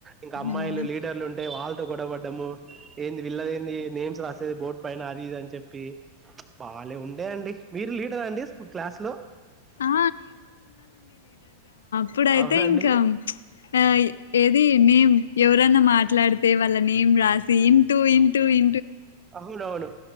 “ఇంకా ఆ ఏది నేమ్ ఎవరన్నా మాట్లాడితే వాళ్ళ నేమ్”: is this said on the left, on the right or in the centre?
Left